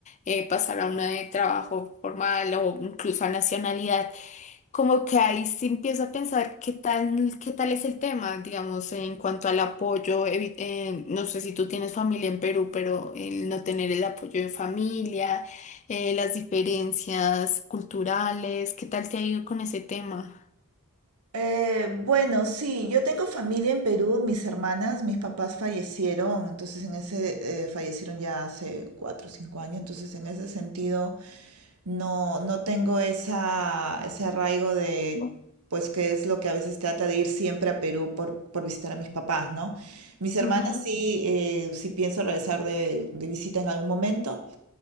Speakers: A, on the left; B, on the right.
A: eh, pasar a una de trabajo formal o incluso a nacionalidad como que ahí sí empiezo a pensar qué tal, qué tal es el tema, digamos, en cuanto al apoyo, evi- eh, no sé si tú tienes familia en Perú, pero el no tener el apoyo de familia, eh, las diferencias culturales, ¿qué tal te ha ido con ese tema?
B: Eh, bueno, sí, yo tengo familia en Perú, mis hermanas, mis papás fallecieron, entonces en ese, eh, fallecieron ya hace cuatro o cinco años, entonces en ese sentido no, no tengo esa, ese arraigo de,
A: Ujú,
B: pues, que es lo que a veces trata de ir siempre a Perú por, por visitar a mis papás, ¿no? Mis hermanas
A: Ujú,
B: sí, eh, sí pienso regresar de, de visita en algún momento,